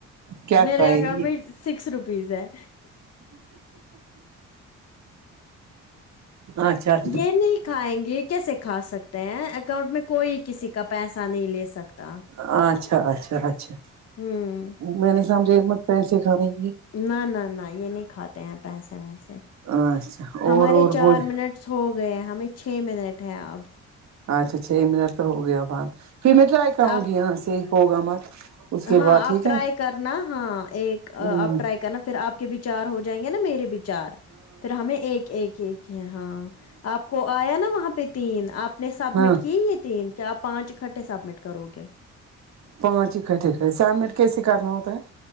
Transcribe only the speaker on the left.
میرے
اکاؤنٹ
میں سکس روپیز ہے
یہ نہیں کھائیں گے یہ کیسے کھا سکتے میں اکاؤنٹ میں کوئی کسی کا پیسہ نہیں لے سکتا
ہوں
نہ نہ نہ یہ نہیں کھاتے ہیں پیسے ویسے
ہمارے
چار
منٹ ہو گئے ہیں ہمیں چھ منٹ ہے آب
آپ
ہاں
آپ ٹرائی
کرنا ہاں ایک
آپ ٹرائی نا پھر آپ کے بھی چار ہو جائینگے نا میرے بھی چار پھر ہمیں ایک ایک ایک ہے ہاں آپ کو آیا نا وہاں پہ تین آپ نے سبمٹ
کی یہ تین کہ آپ پانچ اکٹھے سبمٹ کرو گے